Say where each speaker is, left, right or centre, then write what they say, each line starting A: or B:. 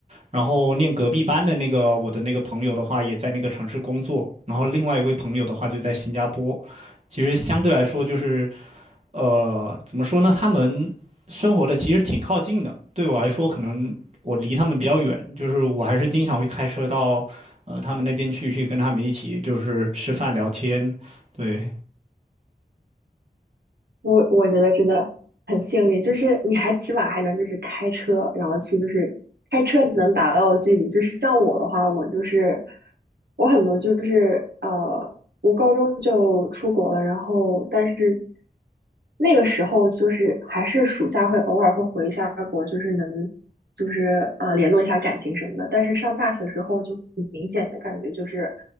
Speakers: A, on the right (about 40°); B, on the right (about 80°).
A: 然后念隔壁班的那个我的那个朋友的话，也在那个城市工作。然后另外一位朋友的话就在新加坡。其实相对来说，就是呃，怎么说呢？他们生活的其实挺靠近的。对我来说，可能我离他们比较远，就是我还是经常会开车到呃他们那边去，去跟他们一起就是吃饭聊天。对，
B: 我我觉得真的很幸运，就是你还起码还能就是开车，然后去就是开车你能达到的距离，就是像我的话，我就是我很多就是呃，我高中就出国了，然后但是那个时候就是还是暑假会偶尔会回一下国，就是能就是呃联络一下感情什么的，但是上大学之后就明显的感觉就是。